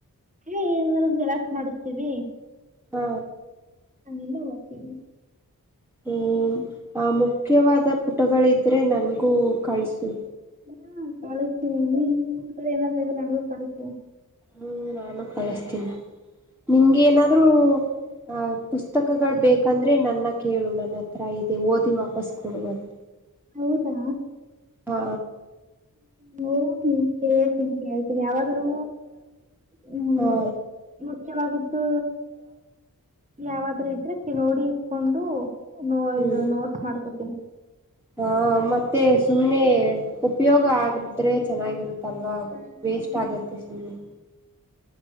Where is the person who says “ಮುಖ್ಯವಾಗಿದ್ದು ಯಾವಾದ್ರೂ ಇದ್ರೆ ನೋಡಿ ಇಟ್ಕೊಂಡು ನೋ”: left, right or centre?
Right